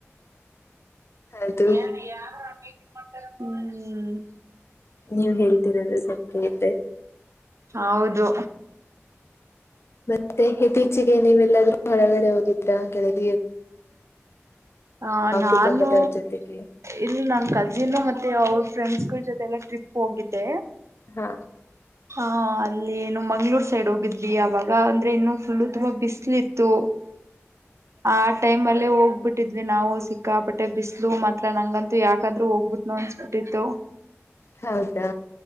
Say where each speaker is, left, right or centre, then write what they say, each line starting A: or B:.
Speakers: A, on the left; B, on the right.
A: ಅದು
B: ಏನ ಯಾರು ಅಮ ಹ್ಮ್
A: ನೀವ್ ಹೇಳ್ತೀರದು್ರೆ ಸತ್ಯತ್ತೆ
B: ಹೌದು
A: ಮತ್ತೆ ಇತ್ತೀಚೆಗೆ ನೀವೆಲ್ಲಾದ್ರೂ. ಹೊರಗಡೆ ಹೋಗಿದ್ರಾ ಗೆಳತಿ.
B: ಅ ನಾನು
A: ಕುಟುಂಬದವ್ರ ಜೊತೆಗೆ
B: ಇಲ್ಲಿ ನನ್ ಕಜಿನ್ ಮತ್ತೆ ಅವ್ರು ಫ್ರೆಂಡ್ಸ್ ಗಳ ಜೊತೆ ಎಲ್ಲ ಟ್ರಿಪ್ ಹೋಗಿದ್ದೆ.
A: ಹಾ.
B: ಆ ಅಲ್ಲಿ ಏನು ಮಂಗ್ಳೂರ್ ಸೈಡ್ ಹೋಗಿದ್ವಿ ಅವಾಗ ಅಂದ್ರೆ ಇನ್ನು ಫುಲ್ಲು ತುಂಬಾ ಬಿಸಿಲು ಇತ್ತು. ಆ ಟೈಮ್ ಅಲ್ಲಿ ಹೋಗ್ಬಿಟ್ಟಿದ್ವಿ ನಾವು ಸಿಕ್ಕಾಪಟ್ಟೆ ಬಿಸಲು ಮಾತ್ರ ನಂಗಂತೂ ಯಾಕಾದ್ರು ಹೋಗ್ಬಿಟ್ನೋ ಅನ್ಸ್ಬಿಟ್ಟಿತ್ತು.
A: ಹೌದಾ.